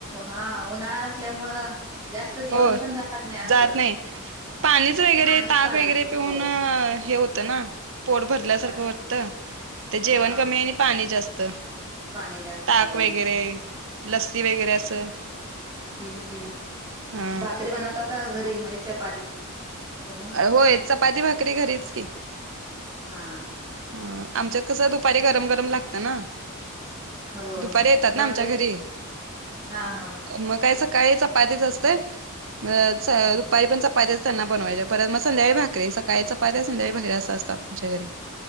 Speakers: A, on the right; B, on the right.
A: हा उन्हाळा असल्यामुळं जास्त जेवण
B: हो
A: पण जात नाही असं
B: जात नाई पाणीच वगैरे
A: पाणीच
B: ताक
A: पाजवते
B: वगैरे
A: हो
B: पिऊन हे हो तना पोट भरल्यासारखं
A: जास्त
B: वाटतं ते जेवन
A: हा
B: कमी आणि पाणी जास्त.
A: पाणी जास्त
B: ताक
A: हो
B: वगैरे, लस्सी वगैरे असं.
A: हम्म हम्म
B: हा
A: भाकरी बनवता का घरी म्हजे चपाती. तुम्ही
B: होय चपाती, भाकरी घरीच की
A: हा.
B: हां आमच्यात कसं दुपारी गरम गरम लागतं ना.
A: हो
B: दुपारी येतात
A: भाकरी
B: ना आमच्या घरी.
A: हा हा
B: म काय सकाळी चपातीच असतं म च दुपारी पण चपात्याच त्यांना बनवायच्या परत म संध्याकाळी भाकरीे सकाळी चपात्या संध्याकाळी भाकरी असं असतं आमच्या घरी.